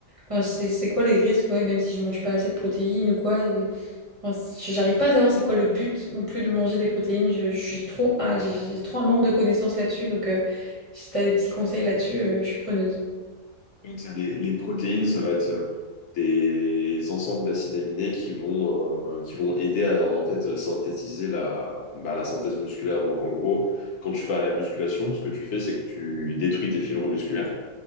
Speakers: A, on the right; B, on the left.
A: enfin c'est c'est quoi les risques ouais, même si je mange pas assez de protéines ou quoi euh, enfin, c- j'arrive pas à savoir c'est quoi le but non plus de manger des protéines je, je suis trop ah, j'ai j'ai trop un manque de connaissances là-dessus donc euh, si t'as des petits conseils là-dessus euh, je suis preneuse
B: Les, les protéines, ça va être euh, des ensembles d'acides aminés qui vont, euh, qui vont aider à en fait, synthétiser la, bah, la synthèse musculaire. Donc en gros, quand tu vas à la musculation, ce que tu fais, c'est que tu détruis tes fibres musculaires.